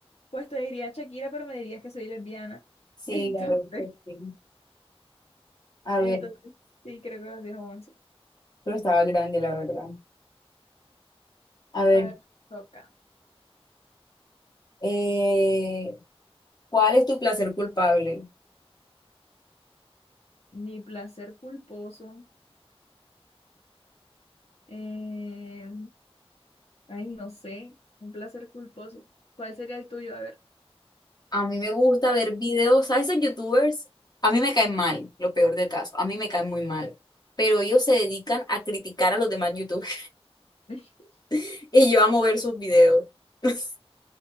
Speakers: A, on the left; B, on the left.
A: Pues te diría Shakira, pero me dirías que soy lesbiana. <laughs>
B: Sí,
A: Entonces,
B: la verdad, que sí. A
A: entonces
B: ver,
A: sí, creo que los 10 o 11.
B: pero estaba grande, la verdad. A ver,
A: A ver, toca.
B: eh, ¿cuál es tu placer culpable?
A: Mi placer culposo. eh, ay, no sé. Un placer culposo. ¿Cuál sería el tuyo? A ver.
B: A mí me gusta ver videos, sabes esos youtubers? A mí me caen mal, lo peor del caso, a mí me caen muy mal, pero ellos se dedican a criticar a los demás youtubers
A: <laughs>
B: <laughs> y yo amo ver sus videos. <laughs>